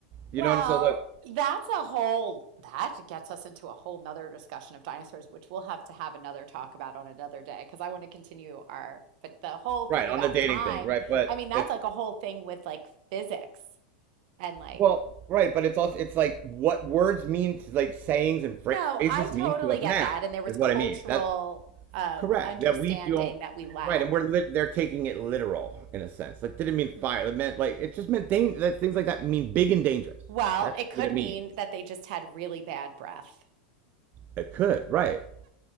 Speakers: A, on the right; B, on the right.
A: Well,
B: you know what I'm saying? Like
A: that's a whole that gets us into a whole nother discussion of dinosaurs, which we'll have to have another talk about on another day because I want to continue our but the whole thing
B: right
A: about
B: on the dating
A: time,
B: thing, right? But
A: I mean, that's
B: it's
A: like a whole thing with like physics and like
B: well, right, but it's also it's like what words mean, to, like sayings and phrases
A: No, I totally
B: mean to us
A: get
B: now
A: that. And there was
B: is
A: cultural
B: what I mean. That's
A: um,
B: correct.
A: understanding
B: That we don't
A: that we lack.
B: right, and we're lit, they're taking it literal in a sense. That didn't mean fire. It meant like it just meant danger. That things like that mean big and dangerous.
A: Well,
B: That's
A: it could
B: what it
A: mean
B: means.
A: that they just had really bad breath.
B: It could right.